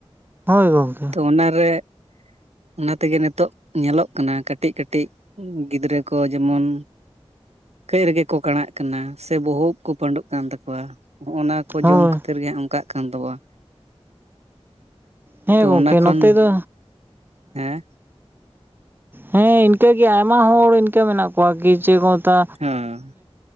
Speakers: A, on the right (about 20°); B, on the right (about 80°).
A: ᱦᱳᱭ ᱜᱚᱝᱠᱮ
B: ᱛᱚ ᱚᱱᱟ ᱨᱮ ᱚᱱᱟ ᱛᱮᱜᱮ ᱱᱤᱛᱚᱜ ᱧᱮᱞᱚᱜ ᱠᱟᱱᱟ ᱠᱟᱹᱴᱤᱡ ᱠᱟᱹᱴᱤᱡ ᱜᱤᱫᱽᱨᱟᱹ ᱠᱚ ᱡᱮᱢᱚᱱ ᱠᱟᱹᱡ ᱨᱮᱜᱮ ᱠᱚ ᱠᱟᱲᱟᱜ ᱠᱟᱱᱟ ᱥᱮ ᱵᱚᱦᱚᱜ ᱠᱚ ᱯᱟᱺᱰᱩᱜ ᱠᱟᱱ ᱛᱟᱠᱚᱣᱟ ᱦᱚᱜ ᱱᱟᱼᱼ ᱠᱚ
A: ᱦᱳᱭ
B: ᱡᱚᱢ ᱠᱷᱟᱹᱛᱤᱨ ᱜᱮ ᱚᱱᱠᱟᱜ ᱠᱟᱱ ᱛᱟᱵᱚᱣᱟ
A: ᱦᱮᱸ
B: ᱛᱚ
A: ᱜᱚᱢᱠᱮ
B: ᱚᱱᱟ ᱠᱷᱚᱱ
A: ᱱᱚᱛᱮ ᱫᱚ
B: ᱦᱮᱸ
A: ᱦᱮᱸ ᱤᱱᱠᱟᱹᱜᱮ ᱟᱭᱢᱟ ᱦᱚᱲ ᱤᱱᱠᱟᱹ ᱢᱮᱱᱟᱜ ᱠᱚᱣᱟ ᱠᱤ ᱪᱮᱫ ᱠᱚ ᱢᱮᱛᱟ
B: ᱦᱮᱸ